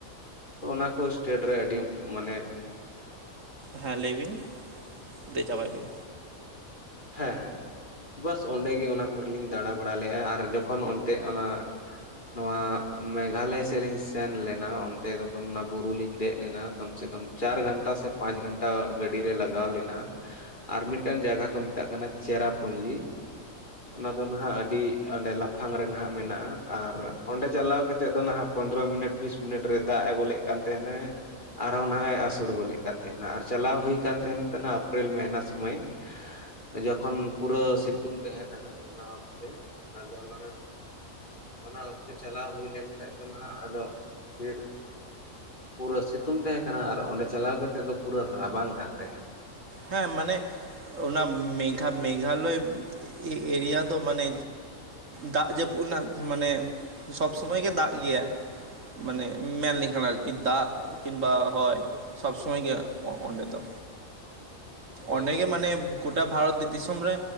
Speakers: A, on the left; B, on the right.
A: ᱛᱚ ᱚᱱᱟ ᱠᱚ ᱥᱴᱮᱴ ᱨᱮ ᱟᱹᱰᱤ ᱢᱟᱱᱮ
B: ᱦᱮᱸ ᱞᱟᱹᱭ ᱵᱤᱱ ᱞᱟᱹᱭ ᱪᱟᱵᱟᱭ ᱵᱤᱱ᱾
A: ᱦᱮᱸ ᱦᱮᱸ ᱵᱟᱥ ᱚᱸᱰᱮᱜᱮ ᱚᱱᱟ ᱠᱚᱨᱮ ᱞᱤᱧ ᱫᱟᱬᱟ ᱵᱟᱲᱟ ᱞᱮᱫ-ᱟ ᱟᱨ ᱡᱚᱠᱷᱚᱱ ᱚᱱᱛᱮ ᱚᱱᱟ ᱱᱚᱣᱟ ᱢᱮᱜᱷᱟᱞᱚᱭ ᱥᱮᱫ ᱞᱤᱧ ᱥᱮᱱ ᱞᱮᱱᱟ ᱚᱱᱛᱮ ᱡᱚᱠᱷᱚᱱ ᱚᱱᱟ ᱵᱩᱨᱩ ᱞᱤᱧ ᱫᱮᱡ ᱞᱮᱱᱟ ᱠᱟᱢᱥᱮ ᱠᱟᱢ ᱪᱟᱨ ᱜᱷᱟᱱᱴᱟ ᱥᱮ ᱯᱟᱸᱪ ᱜᱷᱟᱱᱴᱟ ᱜᱟᱹᱰᱤ ᱨᱮ ᱞᱟᱜᱟᱣ ᱞᱮᱱᱟ ᱟᱨ ᱢᱤᱫᱴᱮᱱ ᱡᱟᱭᱜᱟ ᱠᱚ ᱢᱮᱛᱟᱜ ᱠᱟᱱᱟ ᱪᱮᱨᱟ ᱯᱩᱸᱡᱤ ᱚᱱᱟ ᱫᱚ ᱱᱟᱦᱟᱜ ᱟᱹᱰᱤ ᱚᱸᱰᱮ ᱞᱟᱯᱷᱟᱝ ᱨᱮ ᱱᱟᱦᱟᱜ ᱢᱮᱱᱟᱜ-ᱟ ᱟᱨ ᱚᱸᱰᱮ ᱪᱟᱞᱟᱣ ᱠᱟᱛᱮ ᱫᱚ ᱱᱟᱦᱟᱜ ᱯᱚᱸᱫᱽᱨᱚ ᱢᱤᱱᱤᱴ ᱵᱤᱥ ᱢᱤᱱᱤᱴ ᱨᱮ ᱫᱟᱜ ᱟᱹᱜᱚ ᱞᱮᱫ ᱠᱟᱱ ᱛᱟᱦᱮᱱᱟᱭ ᱟᱨᱦᱚᱸ ᱱᱟᱭ ᱟᱥᱩᱲ ᱜᱚᱫᱮᱫ ᱠᱟᱱ ᱛᱟᱦᱮᱱᱟ ᱟᱨ ᱪᱟᱞᱟᱣ ᱦᱩᱭ ᱠᱷᱟᱱ ᱛᱟᱦᱮᱱᱟ ᱟᱯᱨᱤᱞ ᱢᱟᱦᱱᱟ ᱥᱩᱢᱟᱹᱭ <inaudible> ᱡᱚᱠᱷᱚᱱ ᱯᱩᱨᱟᱹ ᱥᱤᱛᱩᱝ ᱛᱟᱦᱮ ᱠᱟᱱᱟ ᱚᱱᱟ ᱚᱠᱛᱮ ᱟᱫᱚ ᱚᱱᱟ ᱚᱱᱟ ᱚᱠᱛᱮ ᱪᱟᱞᱟᱣ ᱦᱩᱭ ᱞᱮᱱ ᱠᱷᱟᱱ ᱫᱚ ᱱᱟᱦᱟᱜ ᱟᱫᱚ ᱵᱤᱨ ᱯᱩᱨᱟᱹ ᱥᱤᱛᱩᱝ ᱛᱟᱦᱮᱸ ᱠᱟᱱᱟ ᱟᱨ ᱚᱸᱰᱮ ᱪᱟᱞᱟᱣ ᱠᱟᱛᱮᱫ ᱫᱚ ᱯᱩᱨᱟᱹ ᱨᱟᱵᱟᱝ ᱠᱟᱱ ᱛᱟᱦᱮᱸᱱᱟ᱾
B: ᱦᱮᱸ ᱢᱟᱱᱮ ᱚᱱᱟ ᱢᱮᱜᱷᱟ ᱢᱮᱜᱷᱟᱞᱚᱭ ᱮᱨᱤᱭᱟ ᱫᱚ ᱢᱟᱱᱮ ᱫᱟᱜ ᱡᱟᱹᱯᱩᱫ ᱨᱮᱱᱟᱜ ᱢᱟᱱᱮ ᱥᱚᱵᱽ ᱥᱚᱢᱚᱭ ᱜᱮ ᱫᱟᱜ ᱜᱮᱭᱟᱭ ᱢᱟᱱᱮ ᱢᱮᱱ ᱞᱮᱠᱷᱟᱱ ᱟᱨᱠᱤ ᱫᱟᱜ ᱠᱤᱱ ᱵᱟ ᱦᱚᱭ ᱥᱚᱵ ᱥᱚᱢᱚᱭ ᱜᱮ ᱚᱸᱰᱮ ᱫᱚ
A: ᱦᱳᱭ
B: ᱚᱸᱰᱮ
A: ᱦᱳᱭ
B: ᱜᱮ ᱢᱟᱱᱮ ᱜᱚᱴᱟ ᱵᱷᱟᱨᱚᱛ ᱫᱤᱥᱚᱢ ᱨᱮ